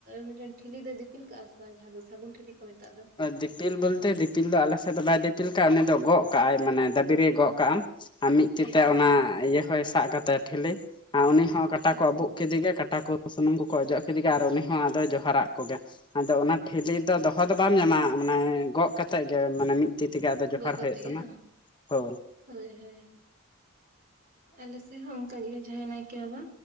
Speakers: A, on the right (about 45°); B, on the left (about 20°).
A: ᱢᱤᱫᱴᱮᱱ ᱴᱷᱤᱞᱤ ᱫᱚᱭ ᱫᱤᱯᱤᱞ ᱠᱟᱜᱼᱟ ᱥᱮ ᱵᱟᱝ ᱡᱟᱦᱟᱸ ᱫᱚ ᱥᱟᱹᱜᱩᱱ ᱴᱷᱤᱞᱤ ᱠᱚ ᱢᱮᱛᱟᱜ ᱫᱚ,
B: ᱫᱤᱯᱤᱞ ᱵᱚᱞᱛᱮ ᱫᱤᱯᱤᱞ ᱫᱚ ᱟᱞᱮᱥᱮᱫ ᱫᱚ ᱵᱟᱭ ᱫᱤᱯᱤᱞ ᱠᱟᱜᱼᱟ ᱩᱱᱤ ᱫᱚ ᱜᱚᱜ ᱠᱟᱜᱼᱟᱭ ᱢᱟᱱᱮ ᱫᱟᱹᱵᱤᱨᱮ ᱜᱚᱜ ᱠᱟᱜᱼ ᱟ ᱾ ᱟᱨ ᱢᱤᱫ
A: ᱟᱪᱪᱷᱟ
B: ᱛᱤᱛᱮ ᱚᱱᱟ
A: ᱟᱪᱪᱷᱟ
B: ᱤᱭᱟᱹ ᱦᱚᱭ ᱥᱟᱵ ᱠᱟᱛᱟᱭᱟ ᱴᱷᱤᱞᱤ ᱟᱨ ᱩᱱᱤ ᱦᱚᱸ ᱠᱟᱴᱟ
A: ᱟᱪᱪᱷᱟ
B: ᱠᱚ ᱟᱵᱩᱜ ᱠᱤᱫᱮ ᱜᱮ ᱠᱟᱴᱟ ᱠᱚ ᱥᱩᱱᱩᱢ ᱠᱚᱠᱚ ᱚᱡᱚᱜ ᱠᱤᱫᱮ ᱟᱨ ᱩᱱᱤ ᱦᱚᱸ ᱟᱫᱚᱭ ᱡᱚᱦᱟᱨᱟᱜ ᱠᱚᱜᱮ, ᱟᱫᱚ ᱚᱱᱟ ᱴᱷᱤᱞᱤ ᱫᱚ ᱫᱚᱦᱚ ᱫᱚ ᱵᱟᱢ ᱧᱟᱢᱟ ᱢᱟᱱᱮ ᱜᱚᱜ ᱠᱟᱛᱮ ᱜᱮ ᱢᱟᱱᱮ ᱢᱤᱫ ᱛᱤ ᱛᱮᱜᱮ ᱟᱫᱚ ᱡᱚᱦᱟᱨ
A: ᱜᱚᱜ ᱠᱟᱛᱮ
B: ᱦᱳᱭᱳᱜ
A: ᱜᱮ
B: ᱛᱟᱢᱟ
A: ᱵᱟᱝ
B: ᱦᱳ
A: ᱦᱳᱭ ᱦᱳᱭ ᱟᱞᱮ ᱥᱮ ᱦᱚᱸ ᱚᱝᱠᱟ ᱜᱮ ᱡᱟᱸᱦᱟᱭ ᱱᱟᱭᱠᱮ ᱵᱟᱵᱟ